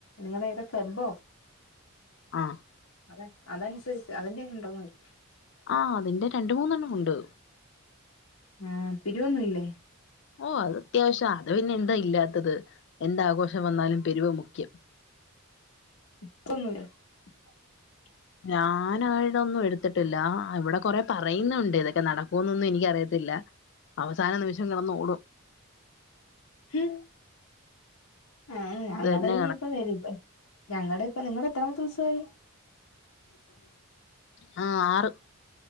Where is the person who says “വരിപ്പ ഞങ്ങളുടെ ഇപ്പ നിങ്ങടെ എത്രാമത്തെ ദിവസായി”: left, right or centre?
Left